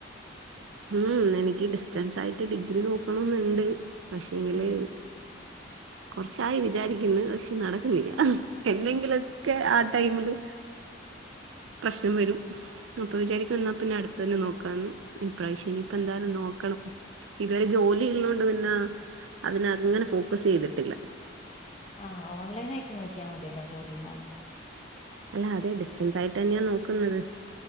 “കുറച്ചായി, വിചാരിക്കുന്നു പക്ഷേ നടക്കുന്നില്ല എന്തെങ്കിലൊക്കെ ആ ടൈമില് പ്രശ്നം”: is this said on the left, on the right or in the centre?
Right